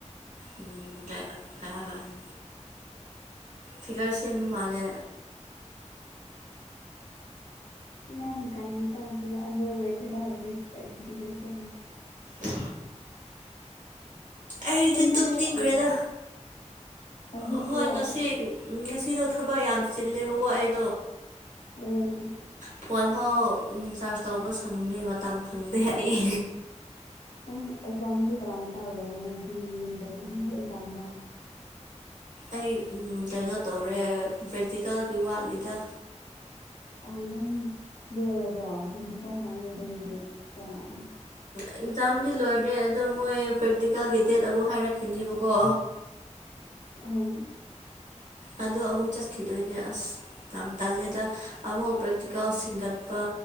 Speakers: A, on the right (about 80°); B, on the left (about 85°).
A: ꯎꯝ ꯀꯩ <unintelligible> ꯐꯤꯒꯔ ꯁꯦꯝ ꯁꯦꯝꯕ ꯃꯥꯂꯦ
B: ꯌꯥꯡ ꯀꯟ ꯀꯥꯟꯗ ꯑꯗ꯭ꯔ ꯑꯣꯏꯋꯦꯠꯗ ꯍꯧꯗꯤ ꯀꯟꯁꯤꯒꯁ
A: ꯑ ꯑꯩꯗꯤ
B: ꯇꯨꯝꯃꯒꯦ
A: ꯇꯨꯝꯅꯤꯡꯈ꯭ꯔꯦꯗ
B: ꯇꯧꯔꯤꯔꯣ ꯍꯧꯖꯤꯛꯁꯤꯔꯣ
A: ꯎ ꯍꯣꯏ ꯉꯁꯤ ꯉꯁꯤꯗꯣ ꯊꯕꯛ ꯌꯥꯝ ꯆꯤꯜꯂꯦꯕꯀꯣ ꯑꯩ
B: ꯑꯣ
A: ꯐꯣꯟ ꯐꯥꯎ ꯆꯥꯔꯖ ꯇꯧꯕ ꯁꯪꯗꯦ ꯃꯇꯝ ꯐꯪꯗꯦ ꯑꯩ
B: ꯅꯪ ꯑꯦꯛꯖꯥꯝꯗꯤ ꯀꯃꯥꯏꯅ ꯇꯧꯔꯦ ꯅꯣꯏꯒꯤ ꯌꯨꯅꯤꯚꯔꯁꯤꯇꯤꯒꯤ ꯑꯦꯛꯖꯥꯝꯗꯣ
A: ꯑꯩ ꯀꯩꯅꯣ ꯇꯧꯔꯦ ꯄ꯭ꯔꯦꯛꯇꯤꯀꯦꯜꯒꯤ ꯋꯥꯠꯂꯤꯗ
B: ꯑ ꯅꯪ ꯂꯣꯏꯔꯕꯣ ꯍꯥꯏꯗꯤ ꯀꯔꯝ ꯀꯥꯟ ꯂꯣꯏꯗꯧꯔꯤꯒꯦ ꯀꯌꯥꯝ ꯋꯥꯠꯂꯤ
A: ꯑꯦꯛꯖꯥꯝꯗꯤ ꯂꯣꯏꯔꯦ ꯑꯗꯣ ꯃꯣꯏ ꯄ꯭ꯔꯦꯛꯇꯤꯀꯦꯜꯒꯤ ꯗꯦꯠ ꯑꯃꯨꯛ ꯍꯥꯏꯔꯛꯈꯤꯅꯦꯕꯀꯣ
B: ꯑꯣ
A: ꯑꯗꯣ ꯑꯃꯨꯛ ꯆꯠꯈꯤꯗꯣꯏꯅꯦ ꯑꯁ ꯌꯥꯝ ꯇꯜꯂꯦꯗ ꯑꯃꯨꯛ ꯄ꯭ꯔꯦꯛꯇꯤꯀꯦꯜ ꯁꯤꯡꯒꯠꯄ